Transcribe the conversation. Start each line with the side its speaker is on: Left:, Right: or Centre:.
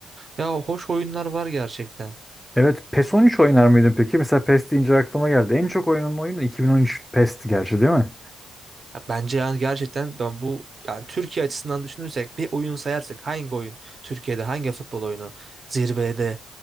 Right: Ya hoş oyunlar var gerçekten.
Centre: Evet, PES on üç oynar mıydın peki? Mesela PES deyince aklıma geldi. En çok oynanan oyun 2013 PES'ti gerçi değil mi?
Right: Ya Bence yani gerçekten ben bu yani Türkiye açısından düşünürsek bir oyun sayarsak hangi oyun Türkiye'de hangi futbol oyunu zirvede